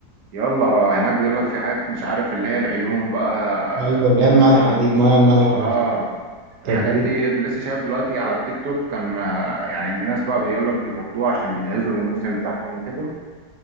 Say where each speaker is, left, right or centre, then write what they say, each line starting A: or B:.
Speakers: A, on the right; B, on the right.
A: يلا هناك بيقول لك في حاجات مش عارف اللي هي العيون بقى
B: ايوه اللي
A: في
B: هي المالحه
A: مثلا
B: دي المايه المالحه
A: اه
B: وبتاع طب
A: الحاجات
B: ايه
A: دي لسه شايف دلوقتي على التيك توك كان آه، يعني الناس بقى بيقول لك بيفضوها عشان بيجهزوا للموسم بتاعهم وكده